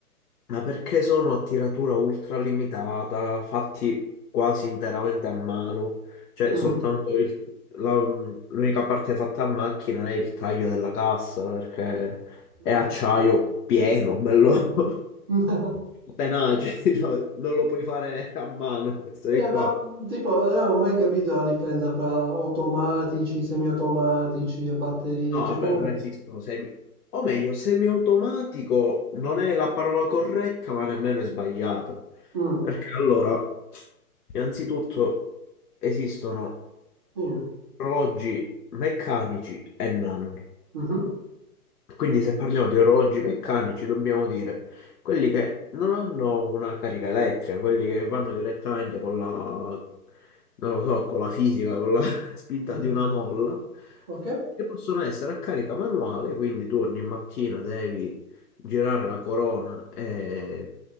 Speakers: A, on the left; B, on the right.
A: Ma perché sono a tiratura ultralimitata, fatti quasi interamente a mano? Cioè,
B: Mm.
A: soltanto il- la- l'unica parte fatta a macchina è il taglio della cassa, perché
B: Mm.
A: è acciaio pieno, bello <laughs>
B: <laughs>
A: tenace, diciamo, non lo puoi fare a mano questo di
B: Eh,
A: qua.
B: ma tipo, io non ho mai capito la differenza fra automatici, semiautomatici e batterie,
A: No,
B: cioè
A: vabbè,
B: com'è?
A: non esistono semi... O meglio, semiautomatico non è la parola corretta, ma nemmeno è sbagliata.
B: Mm.
A: Perché allora... Innanzitutto esistono
B: Sì.
A: orologi meccanici e non.
B: Mhm.
A: Quindi se parliamo di orologi meccanici dobbiamo dire quelli che non hanno una carica elettrica, quelli che vanno direttamente con la, non lo so, con la fisica, con la <laughs> spinta
B: Eh,
A: di una molla,
B: Ok.
A: che possono essere a carica manuale, quindi tu ogni mattina devi girare la corona e